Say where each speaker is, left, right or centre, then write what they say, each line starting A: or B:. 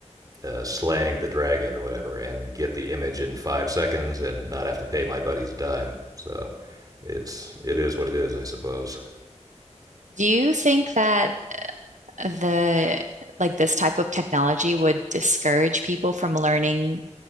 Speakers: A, on the right; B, on the right.
A: uh, slaying the dragon or whatever and get the image in 5 seconds and not have to pay my buddies a dime. So, it's it is what it is, I suppose.
B: Do you think that the like this type of technology would discourage people from learning